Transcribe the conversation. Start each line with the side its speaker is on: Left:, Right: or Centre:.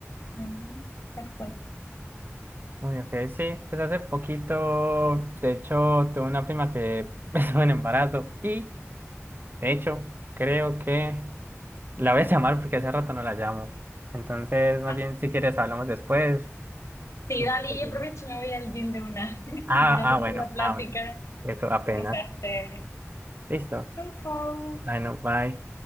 Left: Ujú, tal cual.
Right: Uy, ok, sí. Pues hace poquito, de hecho, tuve una prima que <laughs> estuvo en embarazo y, de hecho, creo que la voy a llamar porque hace rato no la llamo. Entonces, más
Left: Ah,
Right: bien, si quieres, hablamos después.
Left: sí,
Right: Sí,
Left: dali,
Right: Seguimos.
Left: yo aprovecho y me voy al gym de una. <laughs>
Right: Ah,
Left: Gracias
Right: ah, bueno,
Left: por la plática.
Right: ah, bueno. Eso apenas.
Left: Te besaste.
Right: Listo.
Left: Chau, chau.
Right: Bueno, bye.